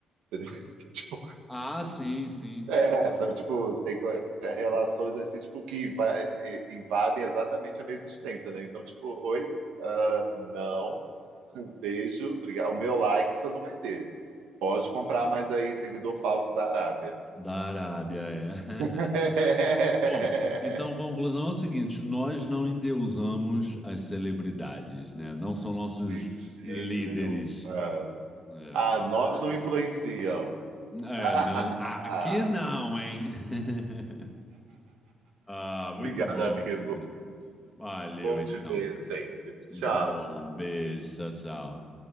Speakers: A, on the right; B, in the centre.
A: entendeu? <laughs> Tipo,
B: Ah, sim, sim, sim.
A: É, sabe, tipo, tem co- é, relações assim, tipo, que vai- e- invadem exatamente a minha existência, né? Então, tipo, oi, ah, não, beijo, obrigado. O meu like você não vai ter. Pode comprar mais aí, seguidor falso da Arábia.
B: Da Arábia, é. <laughs>
A: <laughs>
B: Bom, então conclusão é o seguinte: nós não endeusamos as celebridades, né? Não são nossos
A: De
B: líderes.
A: jeito nenhum. Ah,
B: É,
A: ah, nós não influenciam.
B: é
A: <laughs>
B: não, aqui não, hein? <laughs> Ah, muito
A: Obrigado,
B: bom,
A: amigo.
B: querido. Valeu,
A: Bom
B: então.
A: te ver sempre. Tchau.
B: Bom, beijo, tchau, tchau.